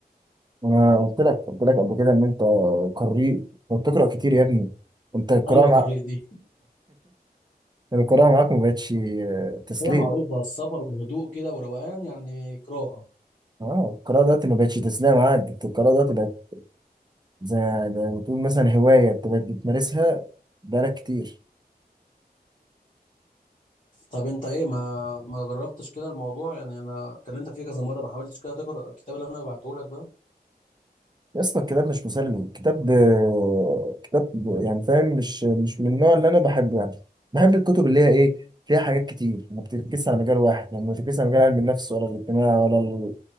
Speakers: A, on the right; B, on the left.
A: انا قلت لك قلت لك قبل كده ان انت قارئ وبتقرا كتير يا ابني انت القراءه
B: حلوة قراءة دي.
A: القراءة معاك ما بقتش آه، تسلية
B: هي معروفة السفر وهدوء كده وروقان يعني قراءة
A: اه القراءة دلوقتي ما بقتش تسلية معاك ده القراءة دلوقتي بقت زي ده بتقول مثلا هواية انت بقت بتمارسها بقالك كتير
B: طب انت ايه ما ما جربتش كده الموضوع يعني انا كلمتك فيه كذا مرة ما حاولتش كده تقرا الكتاب اللي انا بعته لك ده
A: يا اسطى الكتاب مش مسلي كتاب آه، كتاب يعني فاهم مش مش من النوع اللي انا بحبه يعني بحب الكتب اللي هي ايه فيها حاجات كتير ما بتركزش على مجال واحد يعني ما بتركزش على مجال علم النفس ولا الاجتماع ولا ال-